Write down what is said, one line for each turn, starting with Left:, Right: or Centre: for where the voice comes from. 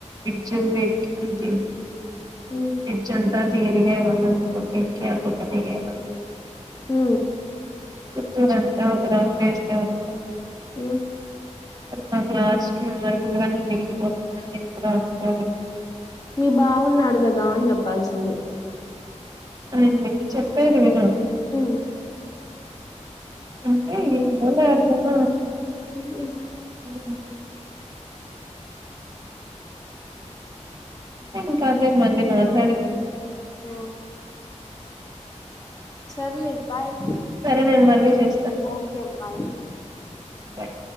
Right: జ వ్యాఖ్యా తె
Left: మ్మ్
Right: ఏజ తిరిగే <unintelligible> పకక కది గ
Left: హ
Right: పూత్తూరు అంతా ఒక రౌండ్ వేసే వాళ్ళు
Left: ఆ
Right: అది నాకు లాస్ట్ క మెమరబుల్ గానే మిగిలిపోతుందని ఎప్పుడు అనుకోవలేదు
Left: మీ బావున్నాడు కదా అని చెప్పాల్సింది
Right: అడి చెప్పేది విను
Left: ఆ
Right: అంటే ఎవన్నాన్నా
Left: ఉఓ
Right: అవు ఇంకాదే మళ్ళీ మాట్లాడింది
Left: ఆ సర్లే బాయ్
Right: సరే నేను మళ్ళీ చేస్తా
Left: ఓకే బాయ్
Right: బాయ్